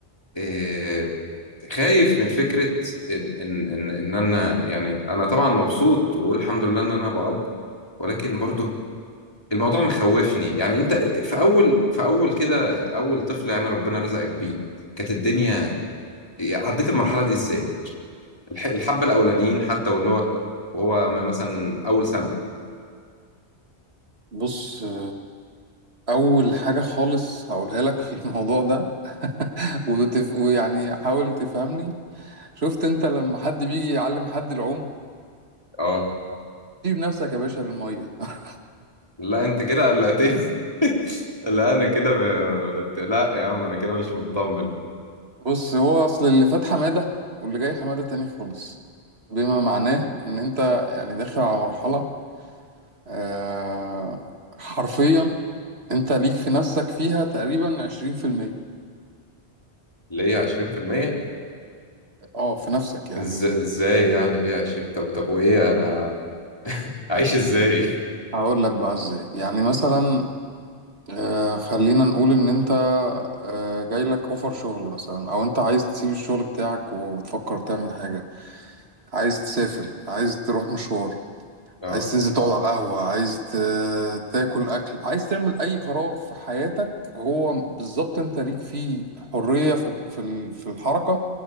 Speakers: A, on the left; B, on the right.
A: آه، خايف من فكرة إن إن إن إن أنا يعني أنا طبعا مبسوط وبقول الحمد لله إن أنا أبقى أب ولكن برضه الموضوع مخوفني يعني أنت في أول في أول كده أول طفل يعني ربنا رزقك بيه كانت الدنيا عديت المرحلة دي إزاي؟ الح- الحبة الأولانيين حتى واللي هو وهو م- مثلا أول سنة
B: بص آه، اول حاجة خالص هقولها لك في الموضوع ده <laughs> وتف... ويعني حاول تفهمني شفت انت لما حد بيجي يعلم حد العوم
A: أه
B: سيب نفسك يا باشا للمية <laughs>
A: لا أنت كده قلقتني <laughs> لا أنا كده ب... لا يا عم أنا كده مش مطمن
B: بص هو اصل اللي فات حمادة واللي جاي حمادة تاني خالص بما معناه ان انت يعني داخل على مرحلة آه، حرفيا انت ليك في نفسك فيها تقريبا عشرين في المية
A: اللي هي 20%
B: اه في نفسك يعني
A: إز... ازاي يعني ليه 20 طب طب وايه انا عايش ازاي
B: هقول لك بقى ازاي يعني مثلا آه، خلينا نقول ان انت آه، جايلك اوفر شغل مثلا او انت عايز تسيب الشغل بتاعك وتفكر تعمل حاجة عايز تسافر عايز تروح مشوار
A: اه
B: عايز تنزل تقعد على القهوة عايز ت- تاكل اكل عايز تعمل اي قرار في حياتك هو بالظبط انت ليك فيه حرية في ال- في ال- في الحركة